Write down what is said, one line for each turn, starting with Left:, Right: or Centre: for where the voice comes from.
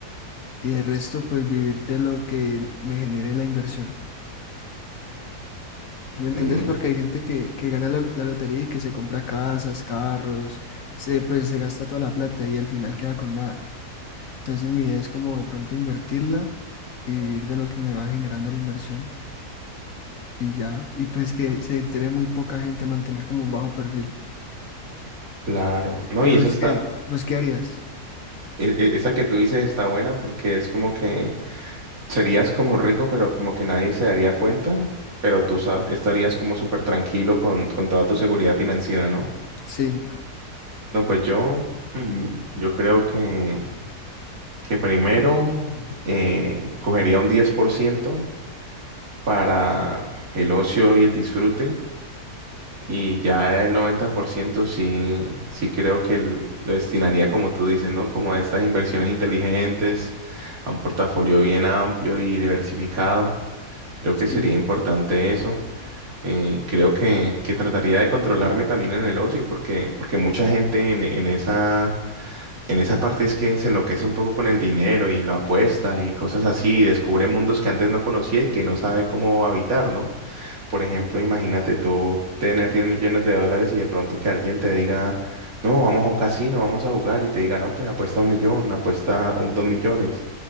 Left: Y de resto, pues, vivir de lo que me genere la inversión. ¿Sí me entendés?
Right: Mm,
Left: Porque hay gente que, que gana la, la lotería y que se compra casas, carros, se, pues se gasta toda la plata y al final queda con nada. Entonces mi idea es como de pronto invertirla y vivir de lo que me va generando la inversión y ya. Y pues que se entere muy poca gente, mantener como un bajo perfil.
Right: claro. No,
Left: ¿Y
Right: y
Left: vos
Right: esa está.
Left: qué? ¿Vos qué harías?
Right: e- e- Esa que tú dices está buena porque es como que serías como rico, pero como que nadie se daría cuenta, pero tú sa- estarías como súper tranquilo con, con toda tu seguridad financiera, ¿no?
Left: Sí,
Right: No, pues yo, hmm, yo creo que, que primero eh, cogería un 10% para el ocio y el disfrute. Y ya el 90% sí, sí creo que el- lo destinaría, como tú dices, ¿no? Como a estas inversiones inteligentes, a un portafolio bien amplio y diversificado. Creo
Left: sí,
Right: que sería importante eso. Eh, creo que, que trataría de controlarme también en el ocio, porque, porque mucha gente en, en esa, en esa parte es que se enloquece un poco con el dinero y lo apuesta y cosas así, y descubre mundos que antes no conocía y que no sabe cómo habitar, ¿no? Por ejemplo, imagínate tú tener 10 millones de dólares y de pronto que alguien te diga, no, vamos a un casino, vamos a jugar y te diga, no, pues apuesta un millón, apuesta un, dos millones,